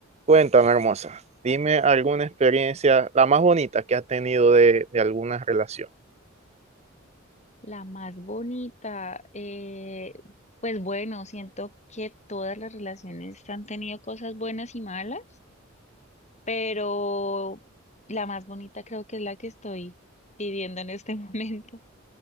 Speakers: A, on the right (about 30°); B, on the left (about 35°).
A: Cuéntame, hermosa, dime alguna experiencia, la más bonita que has tenido de, de alguna relación.
B: La más bonita, eh, pues bueno, siento que todas las relaciones han tenido cosas buenas y malas, pero la más bonita creo que es la que estoy viviendo en este <laughs> momento.